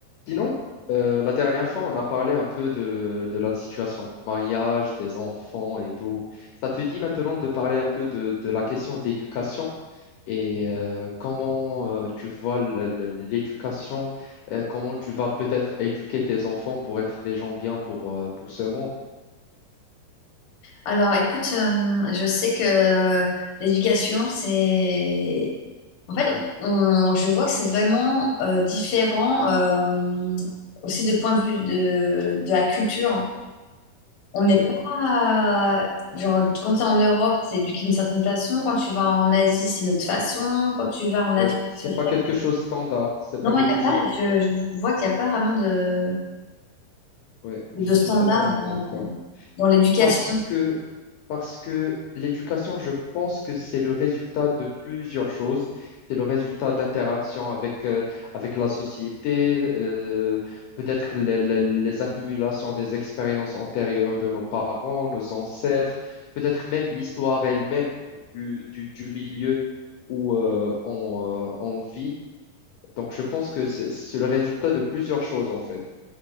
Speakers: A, on the left; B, on the left.
A: Sinon, euh, la dernière fois, on a parlé un peu de, de la situation du mariage, des enfants et tout. Ça te dit maintenant de parler un peu de, de la question d'éducation et euh, comment euh, tu vois le- le- l'éducation, euh, comment tu vas peut-être éduquer tes enfants pour être des gens bien pour, euh, pour ce monde.
B: Alors, écoute, euh, je sais que l'éducation, c'est... En fait, on- je vois que c'est vraiment euh, différent euh, aussi de point de vue de, de la culture. On n'est
A: Ouais,
B: pas... Genre, quand tu es en Europe, c'est éduqué d'une certaine façon. Quand tu vas en Asie, c'est une autre façon. Quand tu vas en Afrique,
A: ouais. C'est
B: c'est...
A: pas quelque chose standard, c'est
B: Non,
A: pas quelque
B: il n'y a
A: chose
B: pas...
A: de
B: Je,
A: standard.
B: je vois qu'il n'y a pas vraiment de,
A: Ouais,
B: de
A: je
B: standard
A: suis totalement
B: dans,
A: d'accord.
B: dans l'éducation.
A: parce que, parce que l'éducation, je pense que c'est le résultat de plusieurs choses. C'est le résultat d'interactions avec, euh, avec la société, euh, peut-être les, les- les accumulations des expériences antérieures de nos parents, nos ancêtres, peut-être même l'histoire elle-même du, du- du milieu où euh, on, euh, on vit. Donc, je pense que c'est c'est le résultat de plusieurs choses, en fait.